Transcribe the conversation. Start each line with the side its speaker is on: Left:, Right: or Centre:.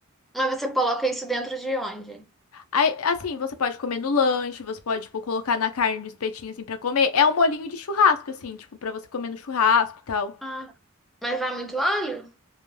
Centre: Mas você coloca isso dentro de onde?
Left: Aí, assim, você pode comer no lanche, você pode, tipo, colocar na carne do espetinho, assim, pra comer. É um molinho de churrasco, assim, tipo, pra você comer no churrasco e tal.
Centre: Ah, mas vai muito alho?